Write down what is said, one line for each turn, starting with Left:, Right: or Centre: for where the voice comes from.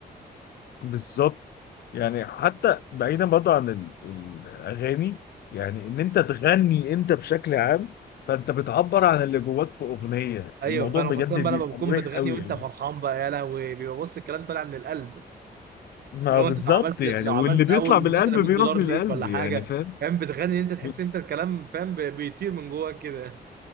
Left: بالظبط يعني حتى بعيدا برضه عن ال... الأغاني يعني إن أنت تغني أنت بشكل عام فأنت بتعبر عن اللي جواك في أغنية
Right: ايوه
Left: الموضوع
Right: فعلا
Left: بجد
Right: خاصه
Left: بيبقى
Right: بقى لما بتكون
Left: مريح
Right: بتغني
Left: أوي
Right: وانت
Left: أوي
Right: فرحان بقى يا لهوي بيبقى بص الكلام طالع من القلب
Left: ما
Right: لو
Left: بالظبط
Right: مثلا لو عملت
Left: يعني
Right: لو
Left: واللي
Right: عملت
Left: بيطلع
Right: اول
Left: من القلب
Right: مثلا 100
Left: بيروح
Right: دولار
Left: للقلب
Right: ليك ولا
Left: يعني
Right: حاجه
Left: فاهم
Right: فاهم بتغني انت تحس
Left: ب-
Right: انت الكلام فاهم ب- بيطير من جواك كده